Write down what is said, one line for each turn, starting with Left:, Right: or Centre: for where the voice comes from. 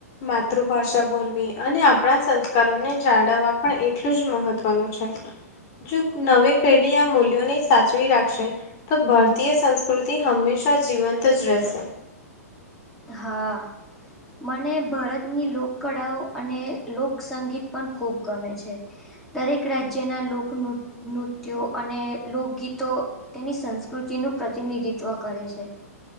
Left: માતૃભાષા બોલવી, અને આપણા સંસ્કારોને જાળવવા પણ એટલું જ મહત્ત્વનું છે. જોક નવી પેઢી આ મૂલ્યોને સાચવી રાખશે તો ભારતીય સંસ્કૃતિ હંમેશા જીવંત જ રહેશે.
Centre: હા. મને ભરતની લોકકળાઓ અને લોકસંગીત પણ ખૂબ ગમે છે. દરેક રાજ્યના લોક નૃ નૃત્યો અને લોકગીતો તેની સંસ્કૃતિ નું પ્રતિનિધિત્વ કરે છે.